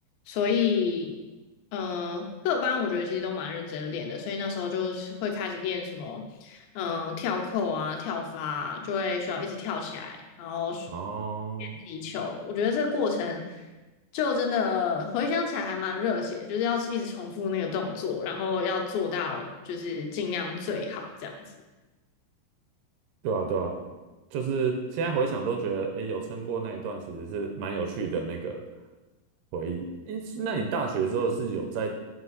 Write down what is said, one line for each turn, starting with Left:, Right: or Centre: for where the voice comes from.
Left: 所以，嗯、各班我觉得其实都蛮认真练的，所以那时候就是会开始练什么嗯跳扣啊、跳发啊，就会需要一直跳起来，然后
Right: 哦，
Left: 练击球。我觉得这个过程就真的回想起来还蛮热血，就是要一直重复那个动作，然后要做到就是尽量最好这样子。
Right: 对啊对啊，就是现在回想都觉得，诶，有撑过那一段其实是蛮有趣的那个回忆。诶，是那你大学之后是有在